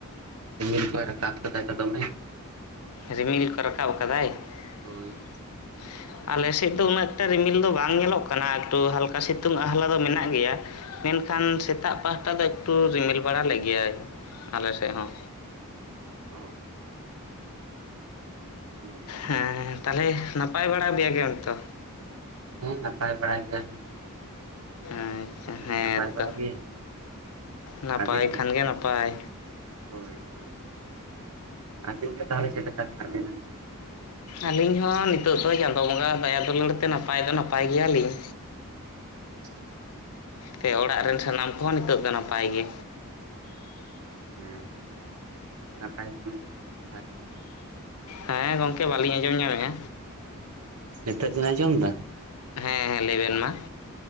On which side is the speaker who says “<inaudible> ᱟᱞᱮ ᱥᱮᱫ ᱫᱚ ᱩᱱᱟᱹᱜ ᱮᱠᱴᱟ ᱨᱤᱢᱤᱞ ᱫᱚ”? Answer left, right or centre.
Left